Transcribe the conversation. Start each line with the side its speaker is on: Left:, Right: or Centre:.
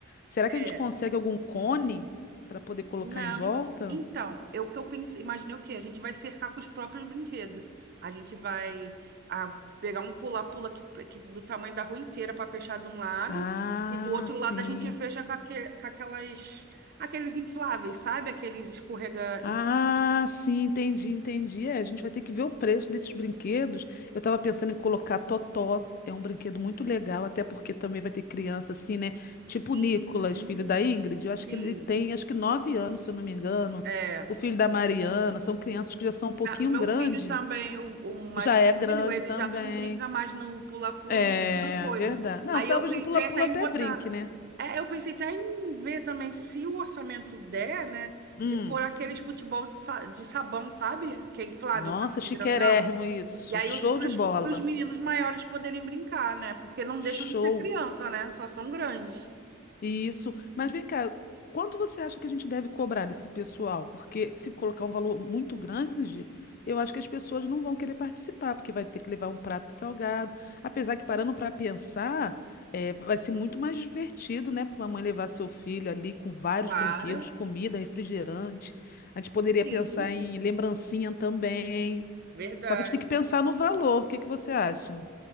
Left: Será
Right: É,
Left: que a gente consegue algum cone para poder colocar
Right: não,
Left: em volta?
Right: en- então, eu que eu pensei, imaginei o quê? A gente vai cercar com os próprios brinquedos. A gente vai ah, pegar um pula-pula que, que do tamanho da rua inteira para fechar de um lado
Left: Ah,
Right: e do outro
Left: sim.
Right: lado a gente fecha com, aque- com aquelas aqueles infláveis, sabe? Aqueles escorrega
Left: Ah, sim, entendi, entendi. É, a gente vai ter que ver o preço desses brinquedos. Eu estava pensando em colocar Totó. É um brinquedo muito legal, até porque também vai ter criança assim, né? Tipo
Right: Sim,
Left: o Nicolas,
Right: sim,
Left: filho da Ingrid. Eu
Right: sim.
Left: acho que ele tem, acho que nove anos, se eu não me engano.
Right: É.
Left: O filho da Mariana. São crianças que já são um pouquinho
Right: Ah, Meu
Left: grande.
Right: filho também, o, o mais
Left: Já
Right: velho,
Left: é grande
Right: ele
Left: também.
Right: já não brinca mais no pula-pula,
Left: É,
Right: não coisa.
Left: verdade. Não,
Right: Aí
Left: talvez
Right: eu pensei
Left: no pula-pula
Right: até em
Left: até
Right: botar.
Left: brinque, né?
Right: É, eu pensei até em ver também se o orçamento der, né?
Left: Hum.
Right: De pôr aqueles futebol de, sa- de sabão, sabe? Que é inflável,
Left: Nossa,
Right: também,
Left: chiquérrimo
Right: grandão.
Left: isso.
Right: E aí
Left: Show
Right: os pros,
Left: de bola.
Right: pros meninos maiores poderem brincar, né? Porque não
Left: Show.
Right: deixam de ser criança, né? Só são grandes.
Left: Isso. Mas vem cá, quanto você acha que a gente deve cobrar desse pessoal? Porque se colocar um valor muito grande, eu acho que as pessoas não vão querer participar, porque vai ter que levar um prato de salgado. Apesar que parando para pensar, eh, vai ser muito mais divertido, né, para uma mãe levar seu filho ali com vários
Right: Claro,
Left: brinquedos, comida, refrigerante. A gente poderia
Right: sim,
Left: pensar em lembrancinha também.
Right: verdade.
Left: Só que a gente tem que pensar no valor. O que que você acha?